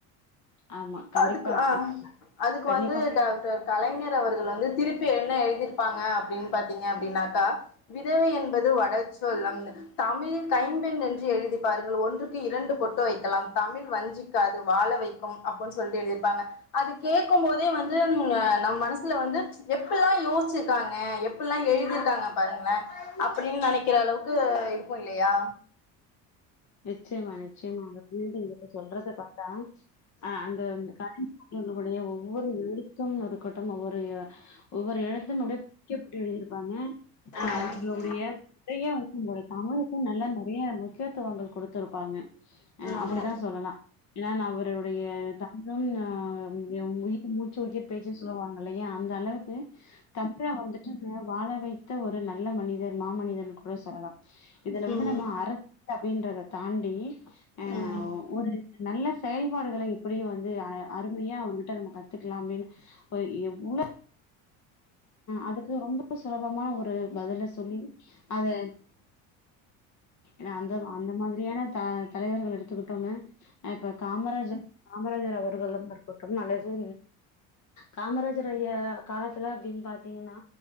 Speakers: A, on the left; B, on the left.
A: ஆமா கண்டிப்பா
B: அதுக்கு ஆ
A: அ
B: அதுக்கு
A: கண்டிப்பா
B: வந்து டாக்டர் கலைஞர் அவர்கள் வந்து திருப்பி என்ன எழுதிப்பாங்க அப்டின்னு பாத்தீங்கனாக்க விதவை என்பது வடச்சொல் தமிழ் கைம்பெண் என்று எழுதிப்பாருங்கள் ஒன்றுக்கு இரண்டு பொட்டு வைக்கலாம் தமிழ் வஞ்சிக்காது வாழ வைக்கும் அப்டின்னு சொல்லிட்டு எழுதிருப்பாங்க அது கேட்கும் போதே வந்து ம் நம்ம மனசுல வந்து எப்டில்லாம் யோசிச்சிருக்காங்க எப்பிடல்லாம் எழுதிருக்காங்க பாருங்க அப்படின்னு நனைக்கிற அளவுக்கு இதுக்கும் இல்லையா
A: நிச்சயமா நிச்சயமாங்க சொல்றத ப ஆ ஆ அந்த கலைஞருடைய ஒவ்வொரு எழுத்தும் ஒரு கட்டம் ஒவ்வொரு ஒவ்வொரு எழுத்தும் அப்டியே படிக்கப்பட்டு எழுதியிருப்பாங்க ஆ
B: ம்
A: அவர்களுடைய உறையே வந்து நம்மளுடைய சமூகத்த நல்லா ந ஏ <unintelligible> <unintelligible> கொடுத்துருப்பாங்க அ
B: ஆமா
A: அப்படித்தான் சொல்லலாம் ஏன்னா அவருடைய தமிழும் அ உயிர் மூச்சு உயிர் பேச்சுன்னு சொல்லுவாங்க இல்லையா அந்த அளவுக்கு தமிழை வந்துட்டு வாழ வை ஒரு நல்ல மனித <unintelligible> மாமனிதன் கூட சொல்லலாம் இதுல
B: ம்
A: வந்து
B: ம்
A: நம்ம அரசு அப்டின்றத தாண்டி ஆ
B: ம்
A: ஒரு நல்ல செயல்பாடுகளை எப்படிய வந்து அ அருமையா அவர்கிட்ட நம்ம க க்கலாம் அப்டின்னு அதுக்கு ரொம்ப சுலபமா ஒரு பதில் சொல்லி அத ஏன்னா அந்த அந்த மாதிரியான த தலைவர்கள் எடுத்துக்கிட்டோங்கு இப்ப காமராஜர் காமராஜர் அவர்கள் வந்து இருக்கட்டும் நல்லது காமராஜர் <unintelligible> காலத்துல அப்படின்னு பாத்தீங்கன்னா